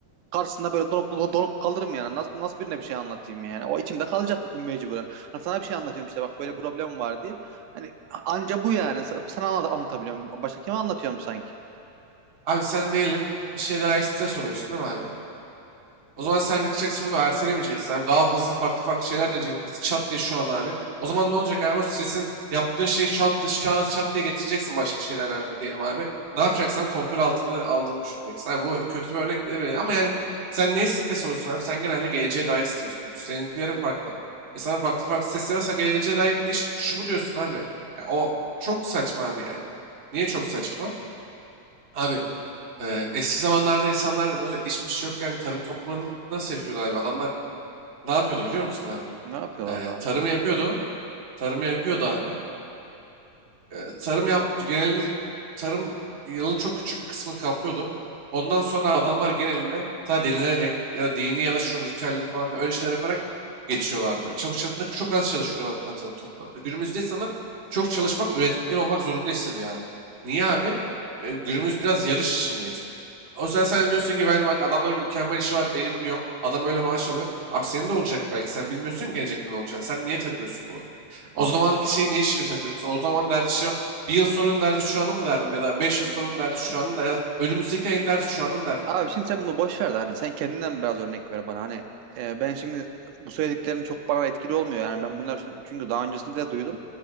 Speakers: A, on the right; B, on the right.
A: karşısında böyle donup donup kalırım yani. Nasıl nasıl birine bir şey anlatayım yani? O içimde kalacak mecburen. Hani sana bir şey anlatıyorum işte bak böyle problem var diye. Hani anca bu yani. Sa- Sana anlat anlatabiliyorum. Başka kime anlatıyorum sanki?
B: Abi sen diyelim bir şey daha stres oluyorsun değil mi abi? O zaman sen gideceksin bunu ertelemeyeceksin abi. Daha hızlı farklı farklı şeyler deneyeceksin. Çat diye şu an abi. O zaman ne olacak abi? O stresin yaptığın şeyi çat, şu an çat diye getireceksin başka şeyler abi diyelim abi. Ne yapacaksan kontrol altında aldığını düşüneceksin. Abi bu kötü bir örnek değil Ama yani sen neye stres oluyorsun abi? Sen genelde geleceğe dair stres oluyorsun. Seninkilerin farklı. E sana farklı farklı stresler varsa geleceğe dair iş şu bu diyorsun abi. Ya o çok saçma abi yani. Niye çok saçma? Abi Eee, eski zamanlarda insanlar böyle içmiş yokken tarım toplumlarını nasıl yaşıyordu abi? Adamlar ne yapıyordu biliyor musun abi?
A: Ne yapıyorlar
B: Eee,
A: daha? abi?
B: tarımı yapıyordu. Tarımı yapıyordu abi e, tarım yap genelinde tarım yılın çok küçük bir kısmını kaplıyordu. Ondan sonra adamlar genelinde sadece dinlenerek ya da dini ya da şu ritüelleri falan filan öyle şeyler yaparak geçiyorlardı. Çok, çal- çok az çalışıyorlar mesela tarım toplumlarında. Günümüzde insanlar çok çalışmak, üretken olmak zorunda hissediyor abi. Niye abi? E, günümüz biraz yarış içindeyiz. O yüzden sen diyorsun ki ben bak adamların mükemmel işi var benim yok. Adam öyle maaş alıyor. Abi senin de olacak belki sen bilmiyorsun ki gelecekte ne olacak. Sen niye takıyorsun bunu? O
A: A-
B: zamanki şeyi niye şimdi takıyorsun? O zaman derdi şey o, bir yıl sonun derdi şu anın mı derdim ya da beş yıl sonun derdi şu anın da ya da önümüzdeki ayın derdi şu anın derdim
A: Abi
B: kanka.
A: şimdi sen bunu boş ver de hani sen kendinden biraz örnek ver bana. Hani e, ben şimdi bu söylediklerin çok bana etkili olmuyor. Yani ben bunlar şun- çünkü daha öncesinde de duydum.